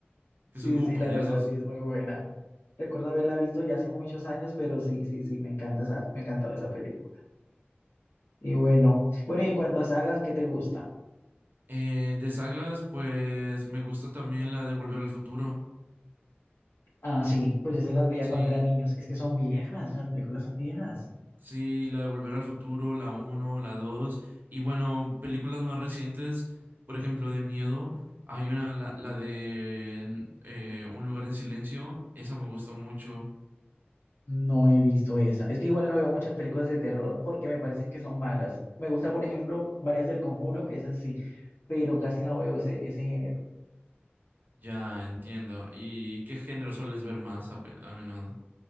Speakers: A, on the left; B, on the right.
A: sí,
B: que son como
A: sí,
B: payasos.
A: la verdad sí es muy buena. Recuerdo haberla visto ya hace muchos años, pero sí, sí, sí, me encanta esa, me encantaba esa película. Y bueno, bueno, y en cuanto a sagas, ¿qué te gusta?
B: Eh, de sagas, pues me gusta también la de Volver al Futuro.
A: Ah, sí, pues esas las veía
B: Sí,
A: cuando eran niños. Es que son viejas, las películas son viejas.
B: Sí, la de Volver al Futuro, la uno la 2 y bueno, películas más recientes, por ejemplo, de miedo, hay una, la, la de mm, eh, Un lugar en silencio, esa me gustó mucho,
A: No he visto esa. Es que igual no veo muchas películas de terror porque me parecen que son malas. Me gusta, por ejemplo, varias del Conjuro, esas sí, pero casi no veo ese, ese género.
B: ya entiendo. ¿Y qué género sueles ver más a, pe- a menudo?